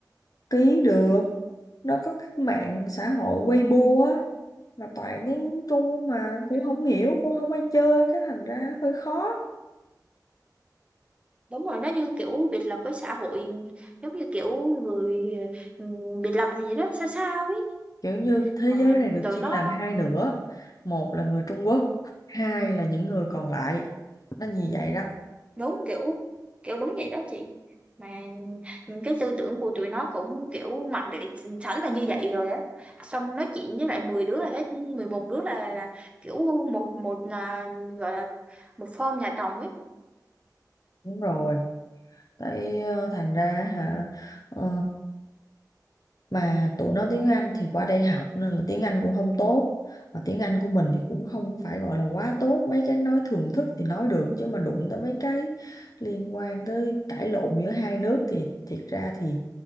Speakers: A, on the left; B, on the right.
A: ký được. Nó có cái mạng xã hội Weibo á, mà toàn tiếng Trung mà cũng
B: Ừ.
A: không hiểu, cũng không ai chơi, cái thành ra hơi khó.
B: đúng rồi nó như kiểu biệt lập với xã hội giống như kiểu người ừ, biệt lập gì đó sao sao ấy
A: Kiểu như thế
B: mà
A: giới này được
B: tụi
A: chia
B: nó
A: làm hai nửa, một là người Trung Quốc, hai là những người còn lại. Nó như vậy đó.
B: đúng kiểu kiểu đúng vậy đó chị mà cái tư tưởng của tụi nó cũng kiểu mặc định sẵn là như vậy rồi á xong nói chuyện với lại 10 đứa là hết 11 đứa là là kiểu một một là gọi là một form nhà chồng ấy
A: Đúng rồi. Tại ờ, thành ra hả ờ, mà tụi nó tiếng Anh thì qua đây học nên là tiếng Anh cũng không tốt mà tiếng Anh của mình thì cũng không phải gọi là quá tốt mấy cái nói thường thức thì nói được chứ mà đụng tới mấy cái liên quan tới cãi lộn giữa hai nước thì thiệt ra thì